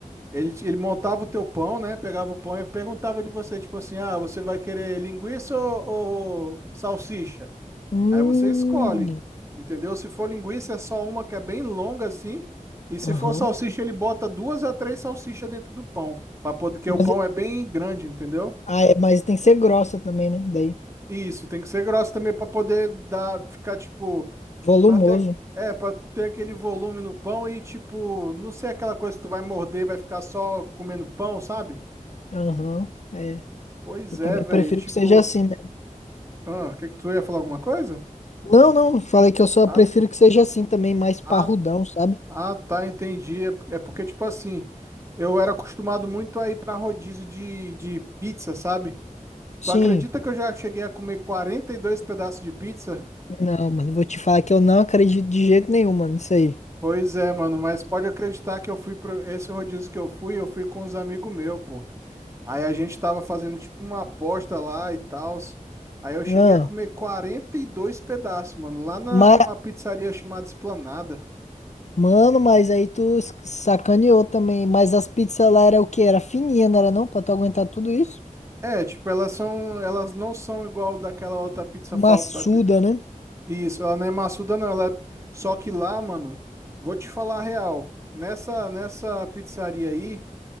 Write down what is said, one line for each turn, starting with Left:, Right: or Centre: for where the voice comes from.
Right: Ele, te- ele montava o teu pão, né? Pegava o pão e perguntava de você, tipo assim, ah, você vai querer linguiça ou, ou salsicha?
Left: Hum,
Right: Aí você escolhe, entendeu? Se for linguiça, é só uma que é bem longa assim, e se
Left: Aham.
Right: for salsicha, ele bota duas a três salsichas dentro do pão, para poder, que
Left: Mas,
Right: o pão é bem grande, entendeu?
Left: ah, é, mas tem que ser grossa também, né? Daí,
Right: Isso, tem que ser grosso também para poder dar, ficar tipo,
Left: volumoso.
Right: para ter, é, para ter aquele volume no pão e tipo, não ser aquela coisa que tu vai morder, e vai ficar só comendo pão, sabe?
Left: Aham. É,
Right: Pois
Left: eu também
Right: é, velho.
Left: prefiro
Right: Tipo,
Left: que seja assim mesmo.
Right: ah, que que tu ia falar alguma coisa?
Left: Não, não, falei que eu só
Right: Ah,
Left: prefiro que seja assim também, mais parrudão,
Right: ah,
Left: sabe?
Right: ah, tá, entendi. É porque, é porque, tipo assim, eu era acostumado muito a ir pra rodízio de, de pizza, sabe?
Left: sim.
Right: Tu acredita que eu já cheguei a comer 42 pedaços de pizza?
Left: Não, mano, vou te falar que eu não acredito de jeito nenhum, mano, isso aí.
Right: Pois é, mano, mas pode acreditar que eu fui pro esse rodízio que eu fui, eu fui com uns amigos meus, pô. Aí a gente tava fazendo tipo uma aposta lá e tal. Aí eu cheguei
Left: Ah,
Right: a comer 42 pedaços, mano, lá na,
Left: mas
Right: numa pizzaria chamada Esplanada.
Left: Mano, mas aí tu s- sacaneou também. Mas as pizzas lá era o quê? Era fininha, não era não? Pra tu aguentar tudo isso?
Right: É, tipo, elas são, elas não são igual daquela outra pizza.
Left: Maçuda,
Right: fa- pa- pi-
Left: né?
Right: Isso, ela não é maçuda, não. Ela é... Só que lá, mano, vou te falar a real. Nessa, nessa pizzaria aí,